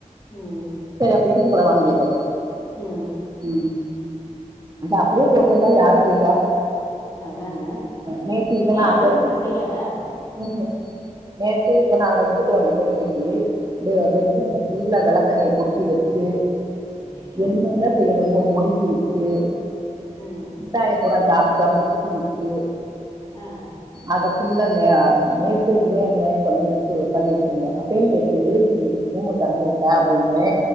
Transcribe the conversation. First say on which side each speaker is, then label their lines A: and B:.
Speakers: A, on the left; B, on the right.
A: ம்
B: செரி அப்ப இருந்து கிடவானு கேட்டே
A: ம்
B: ம் அது அப்டியே போட்டு வந்தாலு யாரு செய்வா
A: அதான
B: நேத்து இவன
A: ஏ அது
B: அங்க
A: இருக்குல்ல செய்யாதா
B: ம்ஹும் நேத்து இத‌ நா அங்க விட்டுட்டு வந்த கொடுமைக்கு எ பெட்ரூம்ல
A: ம்
B: ஃபுல்லா விளக்கெண்ணைய கொட்டி வச்சு
A: அச்சச்சோ
B: என்னன்ன செய்ய முடியுமோ மொழிகி விட்டு
A: ம்
B: மிட்டாய பூற சாப்ட்டு சாப்ட்டு துப்பி வச்சு
A: அ
B: அத ஃபுல்லா நே நேத்துக்கே அநியாயோ பண்ணிவச்சு பண்ணி வச்சிருந்த அப்பயு கேக்குற எதுக்கு நீ ரூம்ம திறந்து உட்டே அப்டின்றே